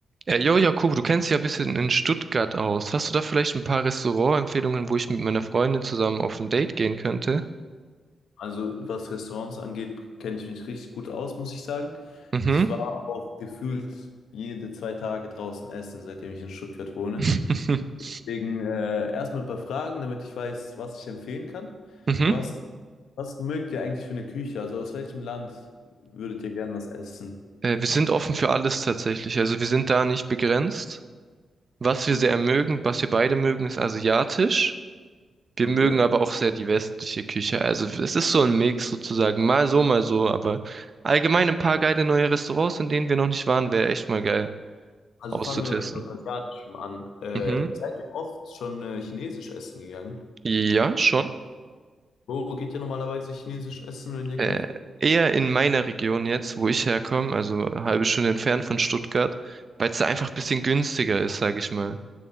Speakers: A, on the right (about 50°); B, on the left (about 85°).
A: Ja, jo, Jakob, du kennst dich ja ein bisschen in Stuttgart aus. Hast du da vielleicht ein paar Restaurantempfehlungen, wo ich mit meiner Freundin zusammen auf ein Date gehen könnte?
B: Also was Restaurants angeht, kenne ich mich richtig gut aus, muss ich sagen.
A: Mhm.
B: Ich war auch gefühlt jede zwei Tage draußen essen, seitdem ich in Stuttgart wohne.
A: <laughs>
B: Deswegen äh, erstmal ein paar Fragen, damit ich weiß, was ich empfehlen kann.
A: Mhm.
B: Was, was mögt ihr eigentlich für eine Küche? Also aus welchem Land würdet ihr gern was essen?
A: Äh, wir sind offen für alles tatsächlich. Also wir sind da nicht begrenzt. Was wir
B: Hm,
A: sehr mögen, was wir beide mögen, ist asiatisch. Wir
B: Okay.
A: mögen aber auch sehr die westliche Küche. Also es ist so ein Mix sozusagen. Mal so, mal so. Aber allgemein ein paar geile neue Restaurants, in denen wir noch nicht waren, wäre echt mal geil
B: Also
A: auszutesten.
B: fangen wir mit was Asiatischem an. Äh,
A: Mhm.
B: seid ihr oft schon äh, chinesisch essen gegangen?
A: Ja, schon.
B: Wo geht ihr normalerweise chinesisch essen, wenn ihr
A: Äh,
B: geht?
A: eher in meiner Region jetzt, wo ich herkomme, also eine halbe Stunde entfernt von Stuttgart, weil es da einfach ein bisschen günstiger ist, sag ich mal.